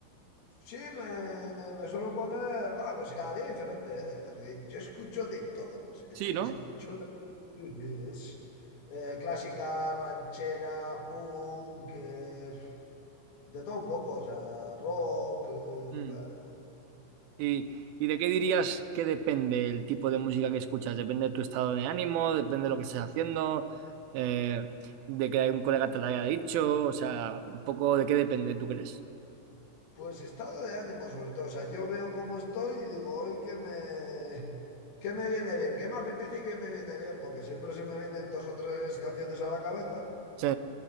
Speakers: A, on the left; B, on the right.
A: Sí, me, me suelo poner, va, pues cada día diferente, ¿eh? Porque yo escucho de todo, o sea, es
B: Sí,
A: que
B: ¿no?
A: escucho de... Sí, sí, es eh, clásica, ranchera, punk, eh, De todo un poco, o sea, rock, eh,
B: Mm. ¿Y, y de qué dirías que depende el tipo de música que escuchas? ¿Depende de tu estado de ánimo? ¿Depende de lo que estés haciendo? Eh, ¿de que algún colega te lo haya dicho? O sea, un poco de qué depende, ¿tú crees?
A: pues estado de ánimo sobre todo. O sea, yo veo cómo estoy y digo, hoy que me, que me viene bien, qué me apetece y qué me viene bien, porque siempre se me vienen dos o tres canciones a la cabeza,
B: Sí,